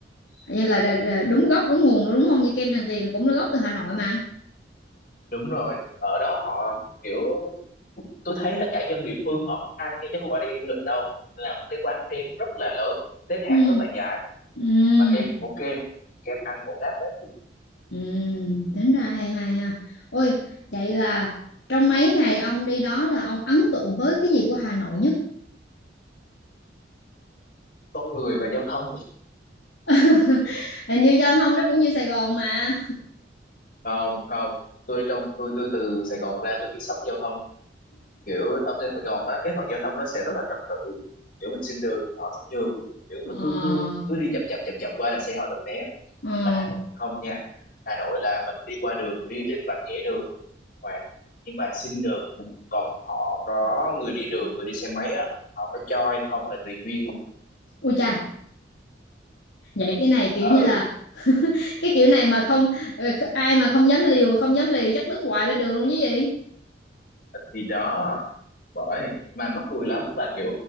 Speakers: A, on the left; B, on the left.
A: vậy là, là, là đúng gốc đúng nguồn luôn đúng không? Như kem Tràng Tiền cũng là gốc từ Hà Nội mà.
B: đúng rồi ở đó họ kiểu tôi thấy là cả dân địa phương họ cũng ăn nha chứ không phải là dân du lịch đâu là một cái quán kem rất là lớn xếp hàng
A: Ừ.
B: rất là dài
A: Ừ.
B: mà kem ok kem ăn ổn áp đấy
A: Ừ, tính ra hay hay ha. Ôi, vậy là trong mấy ngày ông đi đó là ông ấn tượng với cái gì của Hà Nội nhất?
B: con người và giao thông
A: <laughs> Hình như giao thông nó cũng như Sài Gòn mà.
B: không không tôi trong tôi tôi từ Sài Gòn ra tôi bị sốc giao thông kiểu ở trên Sài Gòn á cái phần giao thông nó sẽ rất là trật tự kiểu mình xin đường thì họ sẽ đường, kiểu
A: Ờ,
B: mình cứ cứ cứ đi chậm chậm chậm chậm qua là xe họ tự né
A: ờ.
B: nhưng mà Hà Nội thì không nha Hà Nội là mình đi qua đường đi trên vạch kẻ đường hoàng nhưng mà xin đường còn họ có người đi đường người đi xe máy á họ có cho hay không là tùy duyên
A: Ui cha, vậy cái này kiểu
B: ừ
A: như là cái kiểu này mà không ờ, ai mà không dám liều không dám lì chắc đứng hoài bên đường luôn chứ gì?
B: thì đó bởi mà mắc cười lắm mà kiểu